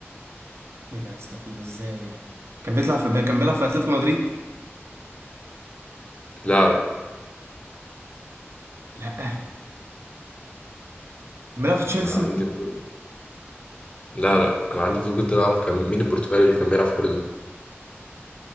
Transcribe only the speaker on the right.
إيه ده يا اسطى في إزاي يعني كان بيطلع في كان بيلعب في أتلتيكو مدريد
لا عملها في تشيلسي